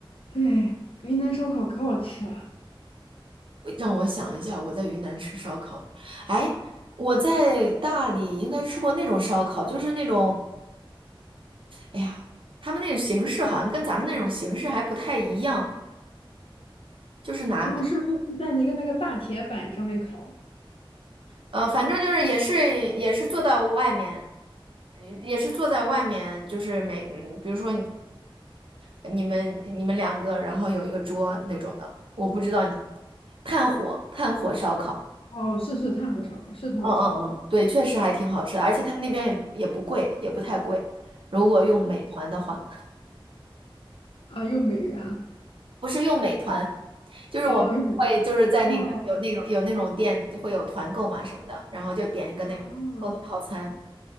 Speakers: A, on the left (about 75°); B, on the right (about 65°).
A: 对，云南烧烤可好吃了。
B: 让我想一下，我在云南吃烧烤，哎，我在大理应该吃过那种烧烤，就是那种。哎呀，他们那种形式好像跟咱们那种形式还不太一样，就是拿，
A: 哦，是不是在一个那个大铁板上面烤？
B: 呃，反正就是也是也是坐到外面，也是坐在外面，就是每，嗯比如说你，你们你们两个，然后有一个桌那种的，我不知道你，炭火炭火烧烤，
A: 哦，是是炭火烧烤，是炭火烧烤
B: 嗯嗯嗯，对，确实还挺好吃的，而且他们那边也也不贵，也不太贵，如果用美团的话。
A: 啊啊，又美元啊，
B: 不是用美团，就是我们会就是在那个有那种有那种店会有团购嘛什么的，
A: 哦又美。哦，
B: 然后就点一个那种购的套餐。
A: 哦，